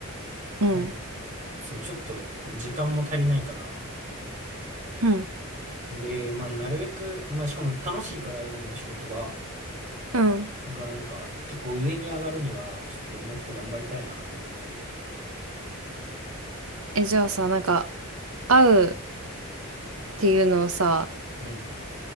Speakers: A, on the right (about 75°); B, on the right (about 35°).
A: うん。
B: なんか、そう、ちょっと時間も足りないから、
A: うん。
B: で、まあ、なるべく、まあ、しかも楽しいから、今の仕事が。
A: うん
B: だからなんか、結構上に上がるには、ちょっともうちょっと頑張りたいなって思ってて。
A: え、じゃあさ、なんか、会うっていうのをさ、
B: うん。